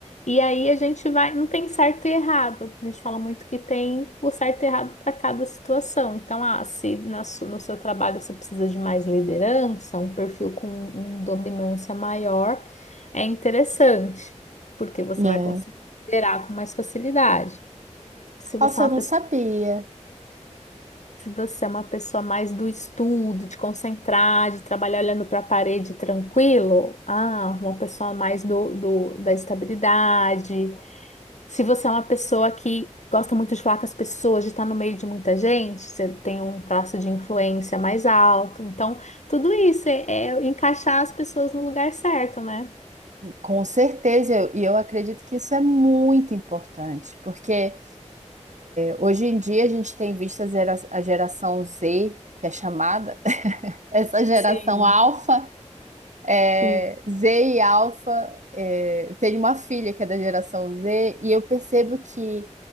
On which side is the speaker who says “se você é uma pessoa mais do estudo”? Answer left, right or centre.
Left